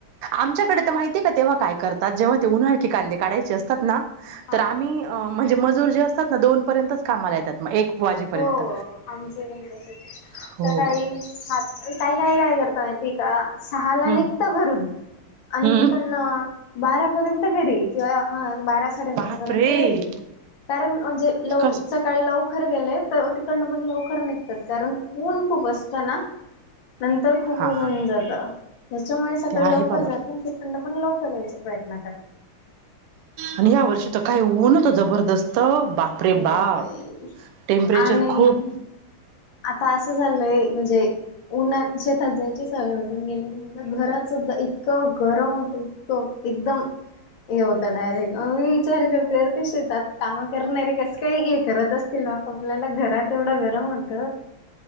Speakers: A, on the right; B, on the left.
A: आमच्याकडे तर माहिती का तेव्हा काय करत जेव्हा ते उन्हाळ क कांदे काढायचे असतात ना
B: हा
A: तर आम्ही म्हणजे मजूर जे असतात ना दोन पर्यंतच कामाला येतात मग एक वाजेपर्यंत
B: हो आमच बण कस
A: हो
B: सकाळी सात काय काय काय करतो माती का सहाला
A: हम्म
B: निघतं घरून आणि
A: हम्म
B: तिकड बारापर्यंत घरी किंवा हा बारा साडेबारापर्यंत
A: बापरे
B: तरीई कारण म्हणजे लव
A: कस
B: सकाळी लवकर गेलेत तिकडनं पण लवकर निघतात कारण ऊन खूप असत ना नंतर खूप
A: हा
B: उन होन जात त्याच्यामुळे सकाळी
A: ते आहे
B: लवकर
A: बाबा
B: जात तिकडनं पण लवकर यायचा प्रयत्न करत
A: आणि या वर्षी तर काय होऊनतं जबरदस्त बाप रे
B: हो
A: बाप
B: बाई
A: टेम्परेचर
B: आणि
A: खूप
B: आता असं झालंय म्हणजे उन्हात शेतात जायची सवय म्हटून गेलेली म्ह घरात सुद्धा इतकं गरम होतं इतकं एकदम हे होतं डायरेक्ट विचार करते करते काम करणाररे कस काही हे करत असतील ना आप आपल्याला घरात एवढं गरम होत